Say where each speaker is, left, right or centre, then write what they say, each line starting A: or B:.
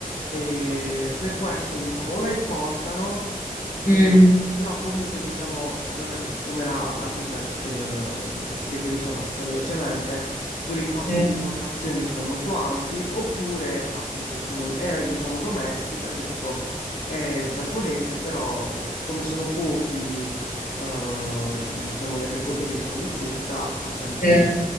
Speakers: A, on the left; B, on the left.
A: e per questo diciamo o la importano e-
B: Mm.
A: però comunque diciamo ovviamente siccome la, la frutta eh, cioè, si reperisce abbastanza velocemente oppure i costi
B: Sì,
A: di importazione sono molto alti, oppure appunto sono, è diciamo domestica, cioè tipo è giapponese, però siccome sono pochi, eh, diciamo gli agricoltori diciamo di frutta, costa di più.
B: sì.